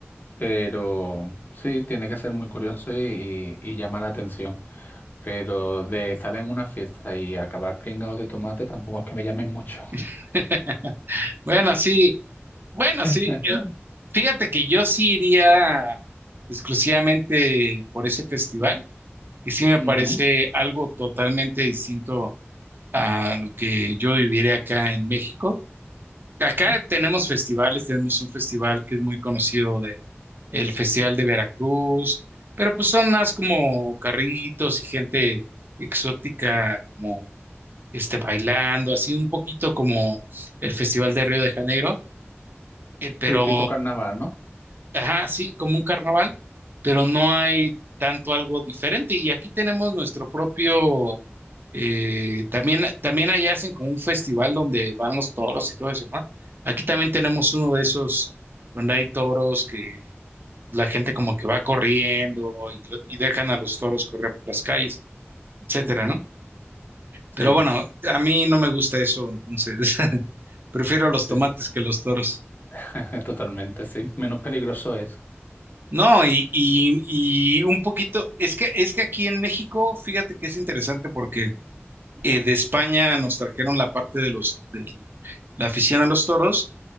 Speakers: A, on the left; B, on the right.
A: pero sí, tiene que ser muy curioso y, y llama la atención. Pero de estar en una fiesta y acabar pringado de tomate tampoco es que me llame mucho.
B: <laughs> Bueno, sí, bueno,
A: <laughs>
B: sí. eh, Fíjate que yo sí iría exclusivamente por ese festival. que sí me
A: Ujú.
B: parece algo totalmente distinto a lo que yo viviré acá en México. Acá
A: Ah,
B: tenemos festivales, tenemos un festival que es muy conocido de el Festival de Veracruz, pero pues son más como carritos y gente exótica como este bailando, así un poquito como el Festival de Río de Janeiro, eh, pero
A: Sí, tipo carnaval, ¿no?
B: Ajá, sí, como un carnaval, pero no hay tanto algo diferente. Y aquí tenemos nuestro propio, eh, también, también allá hacen como un festival donde van los toros y todo eso, ¿no? Aquí también tenemos uno de esos donde hay toros que la gente como que va corriendo y, lo- y dejan a los toros correr por las calles, etcétera,
A: Ujú, ujú.
B: ¿no?
A: Sí,
B: Pero bueno, a mí no me gusta eso, entonces <laughs> prefiero los tomates
A: sí, sí.
B: que los toros.
A: <laughs> Totalmente, sí. Menos peligroso es.
B: No, y, y, y un poquito, es que, es que aquí en México, fíjate que es interesante porque eh, de España nos trajeron la parte de los, de la afición a los toros,